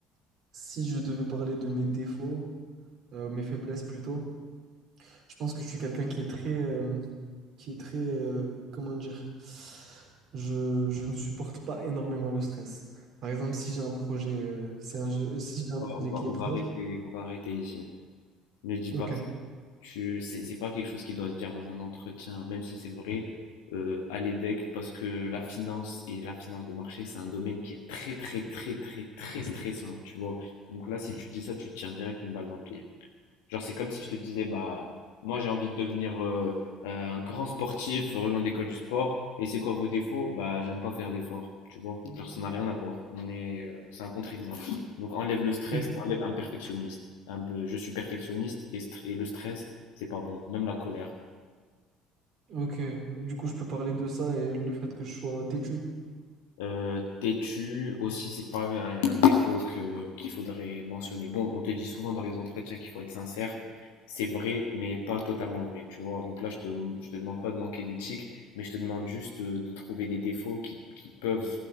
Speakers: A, on the right; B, on the left.
A: si je devais parler de mes défauts, euh, mes faiblesses plutôt, je pense que je suis quelqu'un qui est très, euh, qui est très, euh, comment dire, je, je ne supporte pas énormément le stress. Par exemple, si j'ai un projet, euh, c'est un jeu- si j'ai un
B: On
A: projet
B: va, on va-
A: qui est
B: on
A: proche,
B: va arrêter, on va arrêter ici. Ne dis
A: ok.
B: pas ça. Tu, c'est, c'est pas quelque chose qui doit se dire dans un entretien, même si c'est vrai, euh, à l'EDEC, parce que la finance et la finance de marché, c'est un domaine qui est très, très, très, très, très stressant, tu vois. Donc là, si tu dis ça, tu te tires direct une balle dans le pied. Genre, c'est comme si je te disais, bah, moi j'ai envie de devenir euh, euh, un grand sportif, rejoindre l'école du sport. Et c'est quoi vos défauts? Bah, j'aime pas faire d'efforts, tu vois. Genre, ça n'a rien à voir. On est, euh, c'est un contre-exemple. Donc, enlève le stress,
A: Et du,
B: enlève un perfectionniste. Un peu- je suis perfectionniste et, stre- et le stress, c'est pas bon. Même la colère.
A: ok, du coup, je peux parler de ça et le fait que je sois têtu.
B: Euh, têtu aussi, c'est pas un, un défaut que, qu'il faudrait mentionner. Bon, on te dit souvent dans les entretiens qu'il faut être sincère. C'est vrai, mais pas totalement vrai, tu vois. Donc là, je te, je te demande pas de manquer d'éthique, mais je te demande juste de, de trouver des défauts qui, qui peuvent...